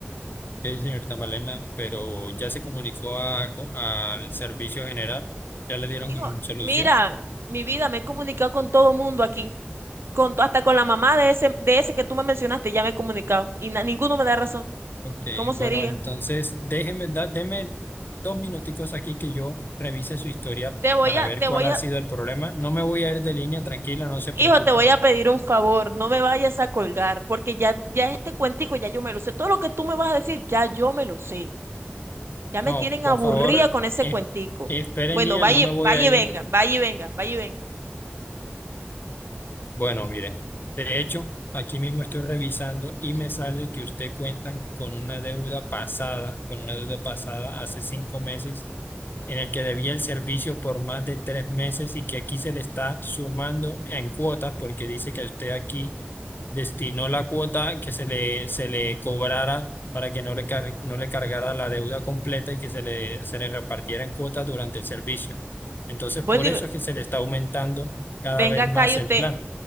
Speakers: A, on the left (about 55°); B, on the right (about 70°).
A: Sí, señorita Malena, pero ya se comunicó a- co- al servicio general. Ya le dieron
B: Hijo,
A: solución.
B: mira, mi vida, me he comunicado con todo el mundo aquí, con, to- hasta con la mamá de ese, de ese que tú me mencionaste, ya me he comunicado, y na- ninguno me da razón.
A: Ok,
B: ¿Cómo sería?
A: bueno, entonces déjeme, da, deme dos minuticos aquí que yo revise su historial
B: Te voy
A: para
B: a,
A: ver
B: te
A: cuál
B: voy
A: ha
B: a,
A: sido el problema. No me voy a ir de línea, tranquila, no se
B: hijo,
A: preocupen.
B: te voy a pedir un favor, no me vayas a colgar, porque ya, ya este cuentico ya yo me lo sé. Todo lo que tú me vas a decir, ya yo me lo sé. Ya me
A: No,
B: tienen
A: por
B: aburrida
A: favor,
B: con ese
A: es
B: cuentico.
A: espere
B: Bueno,
A: en línea,
B: vaya,
A: no me voy
B: vaya
A: a ir.
B: y venga, vaya y venga, vaya y venga.
A: Bueno, miren, de hecho, aquí mismo estoy revisando y me sale que usted cuenta con una deuda pasada, con una deuda pasada hace cinco meses, en el que debía el servicio por más de tres meses y que aquí se le está sumando en cuotas porque dice que usted aquí destinó la cuota que se le, se le cobrara para que no le, car- no le cargara la deuda completa y que se le, se le repartiera en cuotas durante el servicio. Entonces,
B: Bueno,
A: por
B: y
A: eso
B: ve-
A: es que se le está aumentando cada
B: venga
A: vez
B: acá
A: más
B: y
A: el
B: usted,
A: plan.